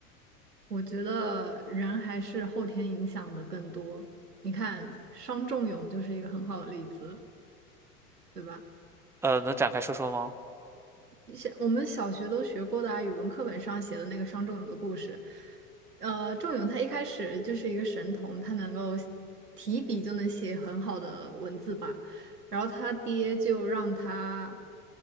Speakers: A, on the right; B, in the centre.
A: 我觉得人还是后天影响的更多。你看，商仲永就是一个很好的例子，对吧？
B: 呃，能展开说说吗？
A: 像我们小学都学过的啊，语文课本上写的那个商仲永的故事。呃，仲永他一开始就是一个神童，他能够提笔就能写很好的文字吧。然后他爹就让他